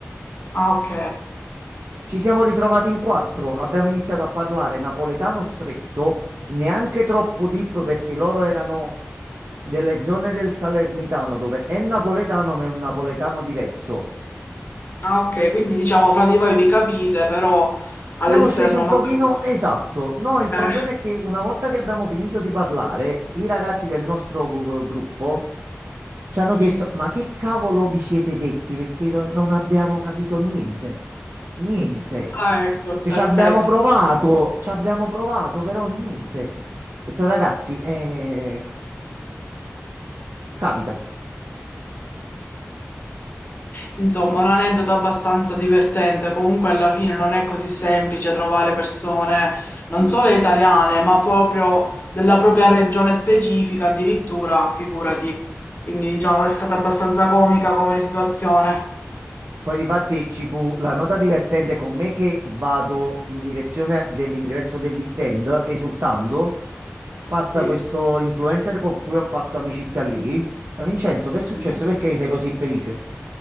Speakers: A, on the left (about 40°); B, on the right (about 65°).
A: Ah, ok.
B: Ci siamo ritrovati in quattro, abbiamo iniziato a parlare napoletano stretto, neanche troppo deep perché loro erano delle zone del Salernitano dove è napoletano ma è un napoletano diverso.
A: Ah, ok, quindi diciamo fra di voi vi capite, però all'esterno
B: Siamo scesi un
A: magari...
B: pochino, esatto. No, il problema
A: Eh,
B: è che una volta che abbiamo finito di parlare, i ragazzi del nostro eh, gruppo Ci hanno
A: sì.
B: chiesto, ma che cavolo vi siete detti? Perché no- non abbiamo capito niente. Niente.
A: Ah, ecco,
B: Cioè,
A: perfetto.
B: ci abbiamo provato, ci abbiamo provato, però niente. Ho detto, ragazzi, eh, capita.
A: Insomma, un aneddoto abbastanza divertente. Comunque, alla fine non è così semplice trovare persone non solo italiane, ma proprio della propria regione specifica, addirittura, figurati. Quindi, diciamo, è stata abbastanza comica come situazione.
B: Poi difatti ci fu la nota divertente con me che vado in direzione dell'ingresso degli stand, esultando. Passa
A: Sì,
B: questo influencer con cui ho fatto amicizia lì. Fa Vincenzo, che
A: Sì.
B: è successo? Perché sei così felice?